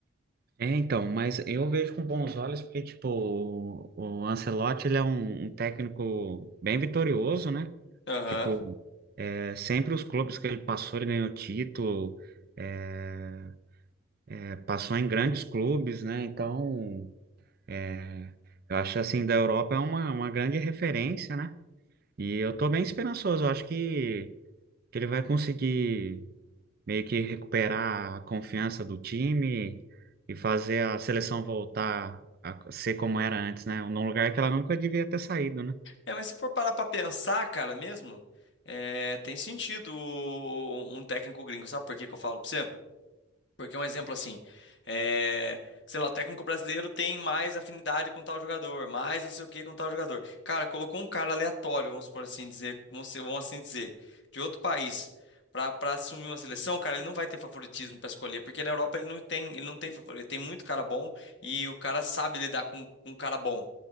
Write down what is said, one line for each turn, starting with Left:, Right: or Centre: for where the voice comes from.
Right: É, então, mas eu vejo com bons olhos porque, tipo, o, o Ancelotti, ele é um, um técnico bem vitorioso, né?
Left: Aham.
Right: Tipo, é, sempre os clubes que ele passou, ele ganhou título, é, é, passou em grandes clubes, né? Então, é, eu acho assim, da Europa é uma, uma grande referência, né? E eu tô bem esperançoso, eu acho que, que ele vai conseguir meio que recuperar a confiança do time e fazer a seleção voltar a ser como era antes, né? Num lugar que ela nunca devia ter saído, né?
Left: É, mas se for parar pra pensar, cara, mesmo, é, tem sentido o- um técnico gringo, sabe por que que eu falo pra você? Porque um exemplo assim, é, sei lá, o técnico brasileiro tem mais afinidade com tal jogador, mais não sei o que com tal jogador. Cara, colocou um cara aleatório, vamos por assim dizer, vamos, ser- vamos assim dizer, de outro país, pra, pra assumir uma seleção, cara, ele não vai ter favoritismo pra escolher, porque na Europa ele não tem, ele não tem favorito, ele tem muito cara bom e o cara sabe lidar com, um cara bom.